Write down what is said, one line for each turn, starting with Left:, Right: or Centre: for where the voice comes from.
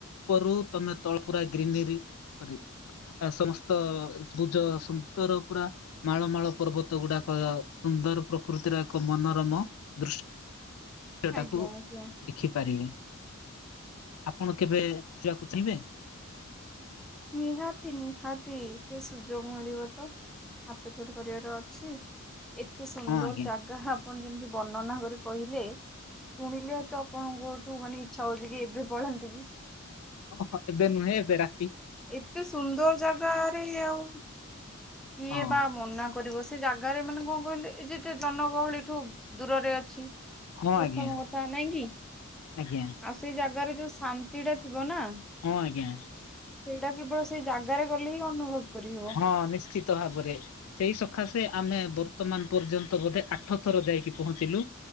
Left: ଉପରୁ ତମେ ତଳ ପୁରା ଗ୍ରୀିନେରୀ ଗ୍ରି ଆ ସମସ୍ତ ଭୁଜ ସୁନ୍ଦର ପୁରା ମାଳ ମାଳ ପର୍ବତ ଗୁଡାକ ସୁନ୍ଦର ପ୍ରକୃତିର ଏକ ମନୋରମ ଦୃଶ୍ୟ। ସେଟାକୁ
Centre: ଆଜ୍ଞା ଆଜ୍ଞା
Left: ଦେଖିପାରିବେ ଆପଣ କେବେ ଆସିବାକୁ ଚିହିଁବେ?
Centre: ନିହାତି ନିହାତି ସେ ସୁଯୋଗ ମିଳିବ ତ। ହାତ ଛୋଡ଼ କରିବାର ଅଛି। ଏତେ ସୁନ୍ଦର
Left: ହଁ ଆଜ୍ଞା
Centre: ଜାଗା ଆପଣ ଯେମିତି ବର୍ଣ୍ଣନା କରି କହିଲେ। ଶୁଣିଲେ ତ ଆପଣଙ୍କଠୁ ମାନେ ଇଚ୍ଛା ହଉଛି କି ଏବେ ପଳାନ୍ତି କି।
Left: ଓହୋ ଏବେ ନୁହେଁ ଏବେ ରା
Centre: ଏତେ ସୁନ୍ଦର ଜାଗାରେ ଆଉ କିଏ
Left: ହଁ
Centre: ବା ମନା କରିବ ସେ ସେ ଜାଗାରେ ମାନେ କଣ କହିଲେ ଏ ଯେତେ ଜନଗହଳି ଠୁ ଦୂରରେ ଅଛି।
Left: ହଁ
Centre: ପ୍ରଥମ
Left: ଆଜ୍ଞା
Centre: କଥା ନାଇଁ କି
Left: ଆଜ୍ଞା।
Centre: ଆଉ ସେଇ ଜାଗାରେ ଯୋଉ ଶାନ୍ତି ଟା ଥିବ ନା?
Left: ହଁ ଆଜ୍ଞା।
Centre: ସେଇଟା କେବଳ ସେଇ ଜାଗାରେ ଗଲେ ହିଁ ଅନୁଭବ କରିହବ।
Left: ହଁ ନିଶ୍ଚିତ୍। ତ ଭାବରେ। ସେଇ ସକାଶେ ଆମେ ବର୍ତ୍ତମାନ ପର୍ଯ୍ୟନ୍ତ ବୋଧେ ଆଠ ଥର ଯାଇକି ପହଞ୍ଚିଲୁ।